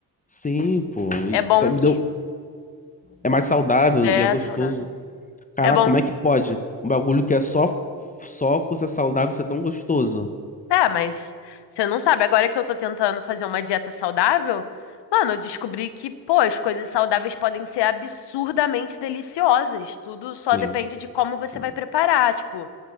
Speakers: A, on the left; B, on the left.
A: Sim, pô. E
B: É bom
A: tá- me
B: que.
A: deu... É mais saudável
B: É
A: e é gostoso.
B: saudável.
A: Caraca,
B: É bom.
A: como é que pode? Um bagulho que é só, só coisa saudável ser tão gostoso.
B: É, mas você não sabe. Agora que eu tô tentando fazer uma dieta saudável, mano, eu descobri que, pô, as coisas saudáveis podem ser absurdamente deliciosas. Tudo só
A: Sim,
B: depende de como
A: sim.
B: você vai preparar, tipo,